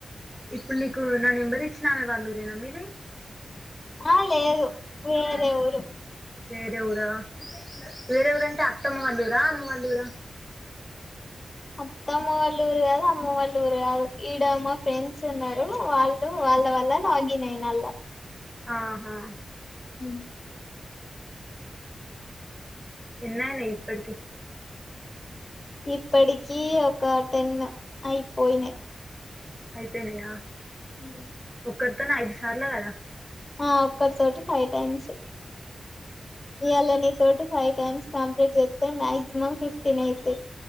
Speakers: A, in the centre; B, on the left.
A: ఇప్పునిక్ నా నెంబర్ ఇచ్చిన వాళ్ళు ఊరేనా మీది
B: ఆ లేదు వేరే
A: ఆ
B: ఊరు
A: వేరే ఊరా వేరే ఎవరంటే అత్తమ్మ వాళ్ళ ఊర అమ్మ వాళ్ళ ఊర
B: అత్త అమ్మ వాళ్ళ ఊరు కాదు. అమ్మ వాళ్ళ ఊరు కాదు. ఈడ మా ఫ్రెండ్స్ ఉన్నారు. వాళ్ళు వాళ్ళ వల్ల లాగిన్ అయిన అళ్ళ
A: ఆహా
B: అ
A: ఎన్నయినాయి ఇప్పటికి
B: ఇప్పటికి ఒక టెన్ అయిపోయినై
A: అయిపోయినయా
B: హు
A: కడతనా ఐదు సార్లు కడ
B: ఆ ఒక్కరి తోటి ఫైవ్ టైమ్స్ ఇయ్యాల తొటే ఫైవ్ టైమ్స్ కంప్లీట్ చేస్తే మ్యాక్సిమమ్ ఫిఫ్టీన్ అయితై